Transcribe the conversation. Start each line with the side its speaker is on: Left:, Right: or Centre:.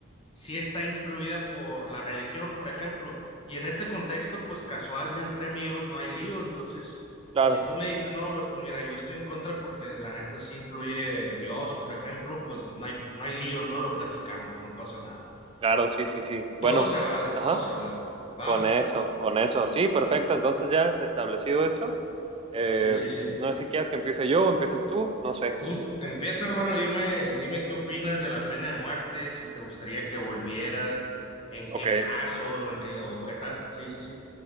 Left: sí está influida por la religión, por ejemplo. Y en este contexto, pues casual de entre amigos, no hay lío. Entonces,
Right: Claro,
Left: si tú me dices, no, güey, pues mira, yo estoy en contra porque la neta sí influye Dios, por ejemplo, pues no hay, no hay lío, no lo platicamos, no pasa nada.
Right: claro, sí, sí, sí. Bueno,
Left: Todo se vale, todo
Right: ajá,
Left: se vale. ¿Va?
Right: con eso, con eso. Sí, perfecto. Entonces ya establecido eso. eh,
Left: Sí, sí, sí.
Right: no sé si quieres que empiece yo o empiezas tú, no sé.
Left: Tú empieza, hermano, dime, dime qué opinas de la pena de muerte, si te gustaría que volviera, en
Right: Ok,
Left: qué casos o en qué o qué tal. Sí, sí, sí.